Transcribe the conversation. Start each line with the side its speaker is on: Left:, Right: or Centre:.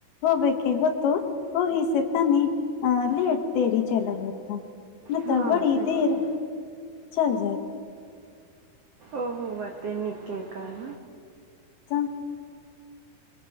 Left: होबके होत। ओहि से तनी अ लेट देरी चला होता नहि
Right: हँ
Left: तऽ बड़ी
Right: सखी
Left: देर चल जाए
Right: ओहो ओते नीके कह
Left: त